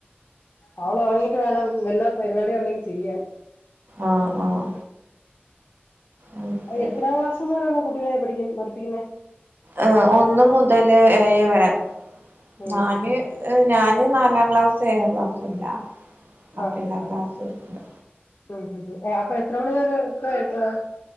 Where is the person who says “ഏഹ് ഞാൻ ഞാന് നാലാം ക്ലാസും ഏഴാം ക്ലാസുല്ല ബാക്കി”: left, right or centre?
Right